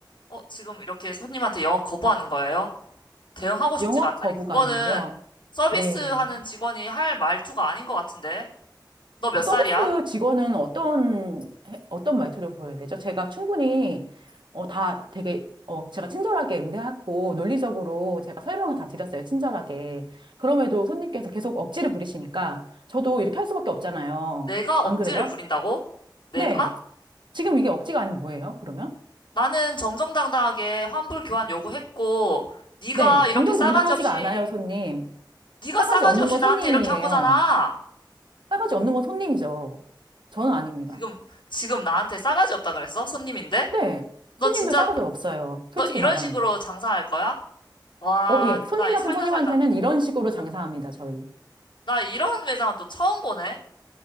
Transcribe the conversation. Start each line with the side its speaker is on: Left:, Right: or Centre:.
Left: 어, 지금 이렇게 손님한테 영업 거부하는 거예요? 대응하고 싶지가
Right: 영업
Left: 않다니
Right: 거부가
Left: 그거는
Right: 아니고요.
Left: 서비스하는
Right: 네.
Left: 직원이 할 말투가 아닌 것 같은데. 너 몇 살이야?
Right: 서비스 직원은 어떤, 해- 어떤 말투를 보여야 되죠? 제가 충분히, 어, 다 되게, 어, 제가 친절하게 응대했고, 논리적으로 제가 설명을 다 드렸어요. 친절하게. 그럼에도 손님께서 계속 억지를 부리시니까, 저도 이렇게 할 수밖에 없잖아요.
Left: 내가 억지를
Right: 안 그래요?
Left: 부린다고? 내가?
Right: 네. 지금 이게 억지가 아니면 뭐예요, 그러면?
Left: 나는 정정당당하게 환불 교환 요구했고 네가
Right: 네.
Left: 이렇게
Right: 정정당당하지가
Left: 싸가지 없이
Right: 않아요, 손님.
Left: 네가
Right: 싸가지
Left: 싸가지
Right: 없는
Left: 없이
Right: 건
Left: 나한테
Right: 손님이에요.
Left: 이렇게 한 거잖아.
Right: 싸가지 없는 건 손님이죠. 저는 아닙니다.
Left: 지금 지금 나한테 싸가지 없다 그랬어? 손님인데?
Right: 네.
Left: 너
Right: 손님도
Left: 진짜
Right: 싸가지 없어요. 솔직히
Left: 너 이런
Right: 말하면.
Left: 식으로 장사할 거야? 와,
Right: 어, 예. 손님
Left: 나 이
Right: 같은
Left: 살다
Right: 손님한테는
Left: 살다
Right: 이런 식으로 장사합니다, 저희.
Left: 나 이런 매장은 또 처음 보네.